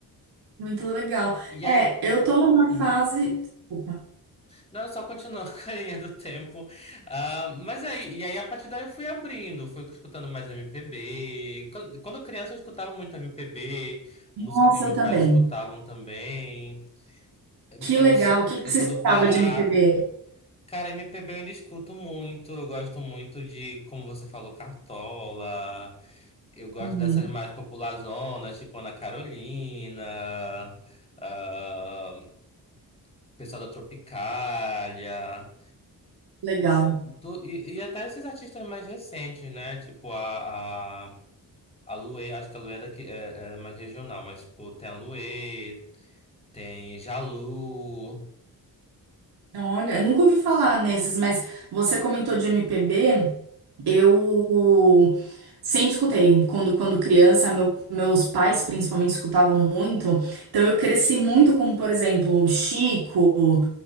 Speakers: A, on the right; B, on the left.
A: muito legal.
B: E
A: É,
B: aí.
A: eu tô numa fase.
B: uhum.
A: Desculpa.
B: Não, só continuou <laughs> com a linha <laughs> do tempo. Ah, mas aí, e aí a partir daí eu fui abrindo, fui escutando mais MPB. Quando, quando criança eu escutava muito MPB, música
A: Nossa,
B: que meus
A: eu também.
B: pais escutavam também.
A: Que
B: Eu
A: legal.
B: sou,
A: O que que
B: eu sou
A: você escutava
B: do Pará.
A: de MPB?
B: Cara, MPB eu ainda escuto muito. Eu gosto muito de, como você falou, Cartola. Eu gosto
A: Uhum,
B: dessas mais populazonas, tipo Ana Carolina, ah, pessoal da Tropicália.
A: legal.
B: Do- e, e até esses artistas mais recentes, né? Tipo a, a, a Luê, acho que a Luê era, que, é, era mais regional, mas tipo, tem a Luê, tem Jalu.
A: Olha, eu nunca ouvi falar nesses, mas você comentou de MPB, eu sempre escutei. Quando, quando criança, meu- meus pais principalmente escutavam muito, então eu cresci muito com, por exemplo, Chico.